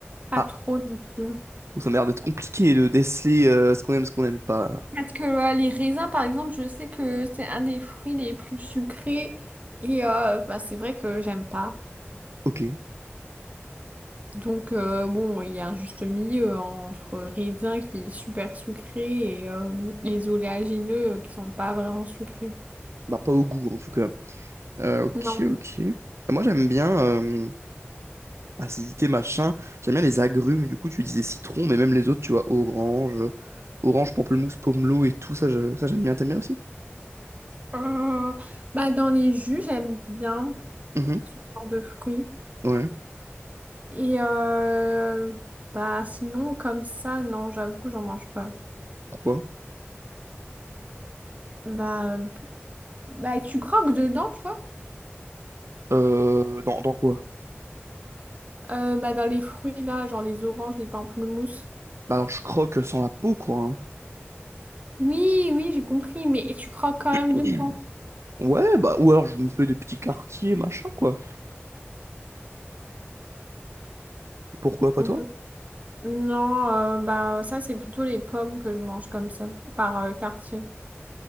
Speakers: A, on the right; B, on the right.
A: Pas
B: Ah,
A: trop non plus.
B: oh, ça m'a l'air d'être compliqué de déceler euh, ce qu'on aime, ce qu'on n'aime pas. là.
A: Parce que euh, les raisins, par exemple, je sais que c'est un des fruits les plus sucrés. Et euh, bah, c'est vrai que j'aime pas.
B: Ok,
A: Donc euh, bon, il y a un juste milieu entre raisin qui est super sucré et euh, les oléagineux qui sont pas vraiment sucrés.
B: bah pas au goût en tout cas. Euh, ok,
A: Non.
B: ok. Euh, Moi j'aime bien euh, acidité machin. J'aime bien les agrumes. Du coup tu disais citron, mais même les autres, tu vois, orange, euh, orange, pamplemousse, pomelo et tout ça, je- ça j'aime bien. T'aimes bien aussi?
A: Euh, bah dans les jus, j'aime bien
B: Mhm.
A: ce genre de fruits.
B: Ouais.
A: Et euh, bah sinon comme ça non j'avoue que j'en mange pas.
B: Pourquoi?
A: Bah euh, bah tu croques dedans toi?
B: Euh, dans, dans quoi?
A: Euh, bah dans les fruits là genre les oranges, les pamplemousses.
B: Bah alors je croque sans la peau quoi. hein.
A: Oui oui j'ai compris mais tu croques quand même
B: Mm.
A: dedans.
B: Ouais, bah ou alors je me fais des petits quartiers machin quoi. Pourquoi pas
A: Mhm.
B: toi?
A: Non euh, bah ça c'est plutôt les pommes que je mange comme ça par euh, quartier.